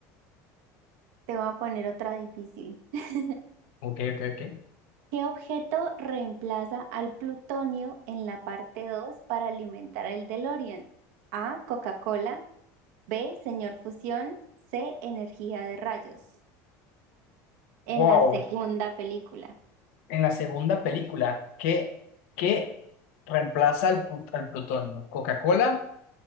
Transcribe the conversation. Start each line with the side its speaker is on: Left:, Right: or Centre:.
Right: te voy a poner otra difícil. <laughs>
Left: Ok, ok, ok.
Right: ¿Qué objeto reemplaza al plutonio en la parte 2 para alimentar el DeLorean? A, Coca-Cola, B, Señor Fusión. C, Energía de Rayos. En
Left: Wow.
Right: la segunda película,
Left: en la segunda película, que que reemplaza al, pu- al plutonio? ¿Coca-Cola?